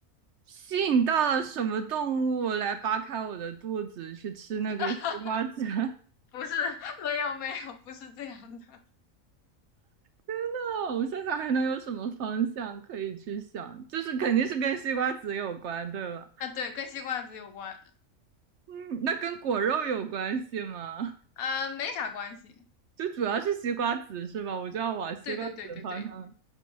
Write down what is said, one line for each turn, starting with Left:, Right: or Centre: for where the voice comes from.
Right: 吸引到了什么动物来扒开我的肚子去吃那个西瓜籽？
Left: <laughs>
Right: <laughs> 天
Left: 不是，没有没有，不是这样的。
Right: 呐，我想想还能有什么方向可以去想？就是肯定是跟西瓜籽有关，对吧？
Left: 啊，对，跟吸罐子有关，
Right: 嗯，那跟果肉有关系吗？
Left: 嗯，没啥关系。
Right: 就主要是西瓜籽是吧？我就要往西瓜籽的方向
Left: 对对对对对